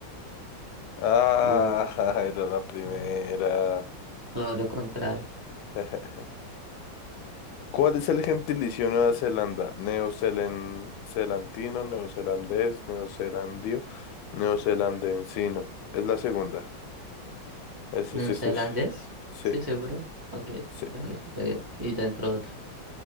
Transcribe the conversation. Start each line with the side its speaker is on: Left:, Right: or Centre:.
Left: Ah,
Right: u-
Left: <laughs> era la primera.
Right: u- todo lo contrario.
Left: <laughs> ¿Cuál es el gentilicio de Nueva Zelanda? Neozelandino, neozelandés, neozelandio, neozelandensino. Es la segunda. Esa
Right: ¿Neozelandés?
Left: sí, sí, sí, sí.
Right: Sí, seguro. Ok,
Left: sí.
Right: dale, re bien. Y ya entró otro.